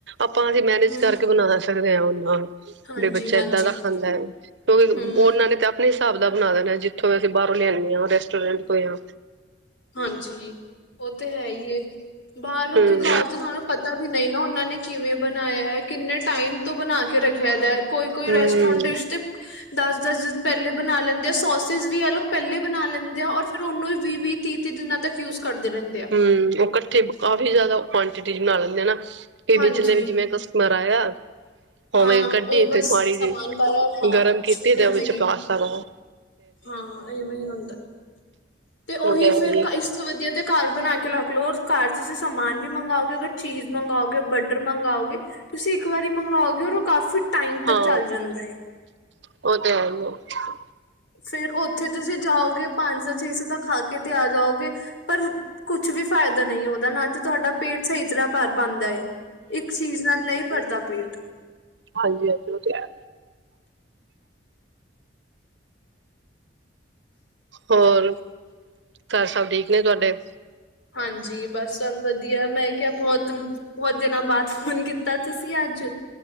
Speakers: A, on the right; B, on the left.
A: ਆਪਾਂ ਅਸੀਂ ਮੈਨੇਜ
B: ਹੂੰ,
A: ਕਰਕੇ ਬਣਾਣਾ। ਆ <unintelligible>
B: ਹਾਂਜੀ,
A: ਵੀ ਬੱਚਾ
B: ਹਾਂਜੀ,
A: ਇਦਾਂ ਦਾ ਖਾਂਦਾ ਹੈ ਕਿਉਂਕਿ
B: ਹੂੰ।
A: ਉਹਨਾਂ ਨੇ ਤਾਂ ਆਪਣੇ ਹਿਸਾਬ ਬਣਾ ਦੇਣਾ ਜਿੱਥੋਂ, ਬਾਹਰੋਂ ਲਿਆਦੇ ਆ ਰੈਸਟੋਰੈਂਟ, ਹੋਇਆ,
B: ਹਾਂਜੀ ਉਹ ਤੇ ਹੈ ਹੀ ਬਾਹਰ
A: ਹਮ
B: ਦੇ ਘਰ ਤੇ ਸਾਨੂੰ ਪਤਾ ਵੀ ਨਹੀਂ ਨਾ ਉਹਨਾਂ ਨੇ ਕਿਵੇਂ ਬਣਾਇਆ ਕਿੰਨੇ ਟਾਈਮ ਤੋਂ ਬਣਾ। ਕੇ ਰੱਖਿਆ ਜਾ ਕੋਈ ਕੋਈ
A: ਹਮ
B: ਰੈਸਟੋਰੈਂਟ ਡਿਸ਼ ਤੇ ਦਸ-ਦਸ ਦਿਨ ਪਹਿਲੇ, ਬਣਾ ਲੈਂਦੇ ਆ ਸੋਸਿਸ ਵੀ ਆ ਲੋਕ ਪਹਿਲੇ ਬਣਾ ਲੈਂਦੇ ਆ ਔਰ ਫਿਰ ਉਹਨੂੰ ਹੀ ਵੀਹ ਤੀਹ-ਤੀਹ ਦਿਨਾਂ ਤੱਕ ਯੂਜ ਕਰਦੇ ਰਹਿੰਦੇ ਆ
A: ਹੂੰ ਉਹ ਇਕੱਠੇ ਕਾਫੀ ਜ਼ਿਆਦਾ, ਕੁਆਂਟਿਟੀਜ਼ ਬਣਾ ਲੈਂਦੇ ਨਾ, ਵੀ
B: ਹਾਂਜੀ
A: ਵਿਚਲੇ ਵੀ ਜਿਵੇਂ ਕ ਪਾਏਗਾ,
B: ਹਾਂ
A: ਉਵੇਂ ਕੱਢੀ
B: ਉਹ ਬਸ
A: ਤੇ ਮਾੜੀ
B: ਸਮਾਨ
A: ਜੀ
B: ਪਾਇਆ ਹਾਂ
A: ਗਰਮ ਕੀਤੀ ਤੇ
B: ਐਵੇਂ
A: ਉਹ ਵਿੱਚ
B: ਹੀ
A: ਪਾਸਤਾ ਪਾਓ।
B: ਹਾਂ ਇਵੇਂ ਹੀ ਹੁੰਦਾ ਤੇ
A: ਉਹ
B: ਉਹੀ
A: ਹੈ
B: ਫੇਰ
A: ਹੀ
B: ਇਸ ਤੋਂ ਵਧੀਆ, ਤੇ ਘਰ ਬਣਾ ਕੇ ਰੱਖ ਲਓ ਔਰ ਘਰ, ਤੁਸੀਂ ਸਮਾਨ ਵੀ ਮੰਗਓਗੇ ਅਗਰ, ਚੀਜ਼ ਮੰਗਓਗੇ ਬਟਰ ਮੰਗਓਗੇ ਤੁਸੀਂ ਇੱਕ ਵਾਰੀ ਮੰਗਵਾਓਗੇ ਔਰ ਉਹ ਕਾਫੀ ਟਾਈਮ
A: ਹਾਂ
B: ਤੱਕ ਚੱਲ ਜਾਂਦਾ ਹੈ।
A: ਉਹ ਤਾਂ ਹੈ ਹੀ ਐ।
B: ਫੇਰ ਉੱਥੇ ਤੁਸੀਂ ਜਾਓਗੇ ਪੰਜ ਸੌ ਛੇ ਸੌ ਦਾ ਖਾ ਕੇ ਤੇ ਆ ਜਾਓਗੇ। ਪਰ ਕੁਛ ਵੀ ਫਾਇਦਾ ਨਹੀਂ ਉਹਦਾ ਨਾ ਤੇ ਤੁਹਾਡਾ ਪੇਟ ਸਹੀ ਤਰ੍ਹਾਂ ਭਰ ਪਾਦਾ ਐ। ਇੱਕ ਚੀਜ਼ ਨਾਲ ਨਹੀਂ ਭਰਦਾ, ਪੇਟ,
A: ਹਾਂਜੀ-ਹਾਂਜੀ ਉਹ ਤੇ ਹੈ, ਹੋਰ ਘਰ ਸਭ ਠੀਕ ਨੇ ਤੁਹਾਡੇ?
B: ਹਾਂਜੀ ਬਸ ਵਧੀਆ, ਵਧੀਆ ਮੈਂ ਕਿਹਾ ਬਹੁਤ-ਬਹੁਤ, ਦਿਨਾਂ ਬਾਅਦ, ਫੋਨ ਕੀਤਾ ਤੁਸੀਂ ਅੱਜ